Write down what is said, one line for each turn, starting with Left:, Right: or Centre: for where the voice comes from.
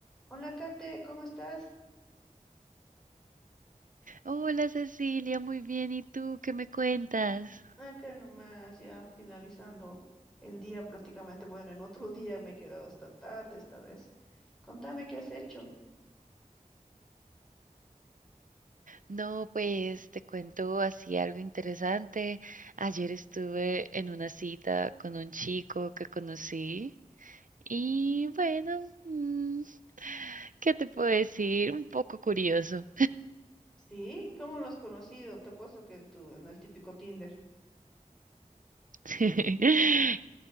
Centre: Hola, Kate, ¿cómo estás?
Right: Hola Cecilia, muy bien. ¿Y tú qué me cuentas?
Centre: Acá nomás, ya finalizando el día prácticamente. Bueno, en otro <laughs> día me he quedado hasta tarde esta vez. Contame qué has hecho.
Right: No, pues te cuento así algo interesante. Ayer estuve en una cita con un chico que conocí y bueno, mm, ¿qué te puedo decir? Un poco curioso.
Centre: Sí, ¿cómo lo has conocido? Te apuesto que en tu, en el típico Tinder.
Right: <laughs>